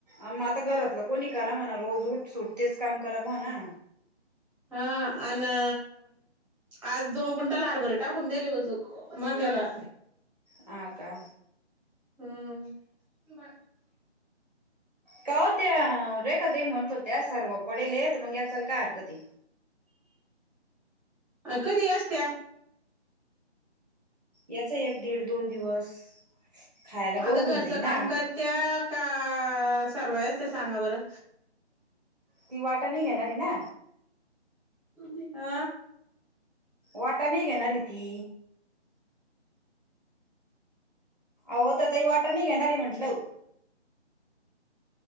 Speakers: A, on the right; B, in the centre.
A: अ मग आता घरातलं कोणी करा म्हणा. रोज उठ सूट तेच काम करा म्हणा.
B: हा आना आज दोन क्विंटल आरभर टाकून दिलीज मांड्याला.
A: हा का.
B: हम्म.
A: का व त्या रेखा ताई म्हणत होत्या, सर्व पडेले तर मग वेचाला काय हरकती.
B: अ कधी असत्या?
A: याचा एक, दीड, दोन दिवस खायला
B: आता
A: गहू होऊन
B: घरचं
A: जाईल
B: काम
A: ना
B: कर त्या का सारवाय असत्या सांगा बरं
A: ती वाटाने घेणारी ना
B: आ
A: वाटाने घेणार री ती आहो ततयी वाटाणे घेणारी म्हटलं